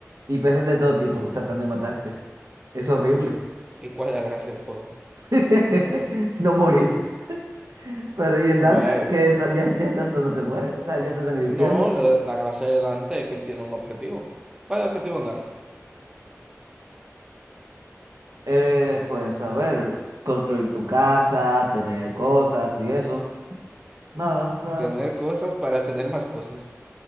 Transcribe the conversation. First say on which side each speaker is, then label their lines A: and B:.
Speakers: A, on the right (about 80°); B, on the right (about 15°).
A: y peces de todo tipo tratando de matarte. Es horrible.
B: ¿y cuál es la gracia del juego?
A: <laughs> No morir. Pero ¿y el
B: Hombre,
A: Dante? Que está- ya, ya estás donde se muere, o sea, ya estás en el infierno.
B: No, la, la gracia de Dante es que él tiene un objetivo. ¿Cuál es el objetivo de Narco?
A: Eh, pues a ver, construir tu casa, tener cosas y eso. Nada, o sea.
B: Tener cosas para tener más cosas.